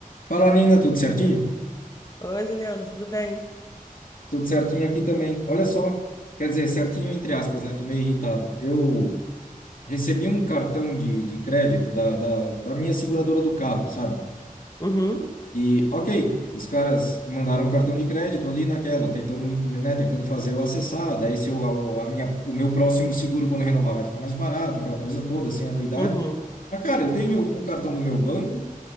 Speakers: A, on the left; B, on the left.
A: Fala, Nina, tudo certinho?
B: Oi, Juliana, tudo bem?
A: Tudo certinho aqui também. Olha só, quer dizer, certinho entre aspas, né? Tô meio irritado. Eu recebi um cartão de, de crédito da, da, da minha seguradora do carro, sabe?
B: Uhum,
A: E, ok, os caras mandaram um cartão de crédito ali naquela, tentando, né, tentando fazer eu acessar. Daí, se eu, a, a minha, o meu próximo seguro, quando renovar, vai ficar mais barato, aquela coisa toda, sem anuidade.
B: uhum,
A: Mas, cara, eu tenho um cartão do meu banco,